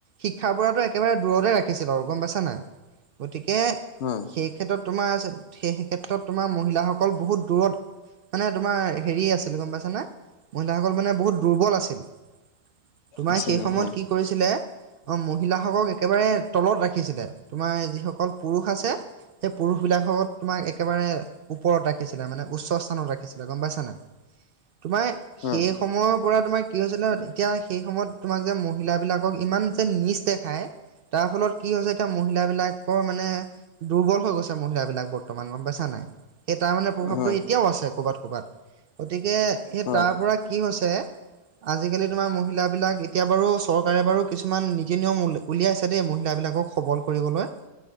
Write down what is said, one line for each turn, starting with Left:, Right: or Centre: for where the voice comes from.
Right: শিক্ষাৰ পৰাটো একেবাৰে দূৰতে ৰাখিছিল আৰু গম পাইছা নাই। গতিকে
Left: হয়
Right: সেই ক্ষেত্ৰত তোমাৰ আছে, সেই ক্ষেত্ৰত তোমাৰ মহিলাসকল বহুত দূৰত। মানে তোমাৰ হেৰি আছিল গম পাইছা নে, মহিলাসকল মানে বহুত দুৰ্বল আছিল। তোমাৰ
Left: আছিলে
Right: সেই সময়ত
Left: হয়
Right: কি কৰিছিলে। অ', মহিলাসকলক একেবাৰে তলত ৰাখিছিলে, তোমাৰ যিসকল পুৰুষ আছে। সেই পুৰুষবিলাকহত তোমাৰ একেবাৰে। ওপৰত ৰাখিছিলে মানে উচ্চ স্থানত ৰাখিছিলে গম পাইছা নাই তোমাৰ
Left: হয়
Right: সেই সময়ৰ পৰা তোমাৰ কি হৈছিলে অ', তেতিয়া সেই সময়ত। তোমাক যে মহিলাবিলাকক ইমান যে নিচ দেখায়। তাৰ ফলত কি হৈছে এতিয়া মহিলাবিলাকও মানে। দুৰ্বল হৈ গৈছে মহিলাবিলাক বৰ্তমান গম পাইছা নাই। সেই তাৰ মানে প্ৰভাৱটো
Left: হয়
Right: এতিয়াও আছে কৰ'বাত-ক'ৰবাত। গতিকে সেই
Left: হয়
Right: তাৰ পৰা কি হৈছে আজিকালি তোমাৰ মহিলাবিলাক এতি এতিয়া বাৰু চৰকাৰে বাৰু কিছুমান নীতি-নিয়ম উলিয়া-উলিয়াই আছে দেই মহিলাবিলাকক সবল কৰিবলৈ।